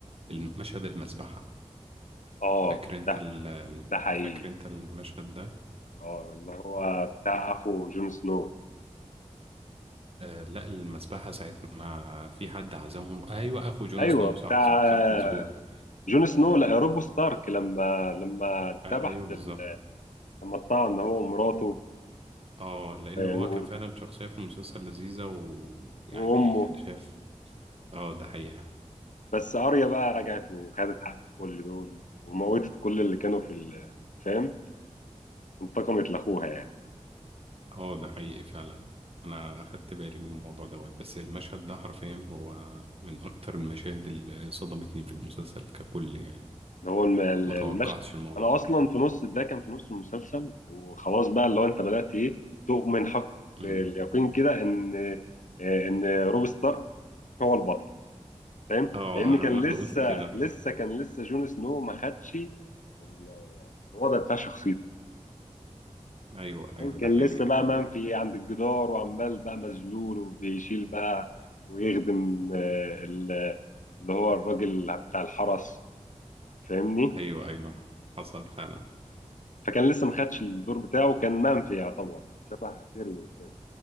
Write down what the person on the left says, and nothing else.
اه
ده
ده حقيقي
اه اللي هو بتاع اخو جون سنو
ايوه
بتاع
آه،
جون سنو لا روب ستارك لما لما اتذبح
في
ال- لما اتطعن هو ومراته
آه،
و-
وامه
بس اريا بقى رجعت وخدت حق كل دول وموتت كل اللي كانوا في ال- فاهم انتقمت لاخوها يعني
ده هو الم- ال-
المشهد
انا
اصلا في نص ده كان في نص المسلسل وخلاص بقى اللي هو انت بدات ايه تؤمن حق
اليقين كده ان آه، ان روب ستارك هو البطل فاهم
لان
كان
لسه
لسه كان لسه جون سنو ما خدش ال- الوضع بتاع شخصيته
كان
لسه بقى
منفي عند الجدار وعمال بقى مذلول وبيشيل بقى ويخدم آه، ال- اللي هو الراجل بتاع الحرس فاهمني
فكان لسه ما خدش الدور بتاعه كان منفي يعتبر شبه تيريون كده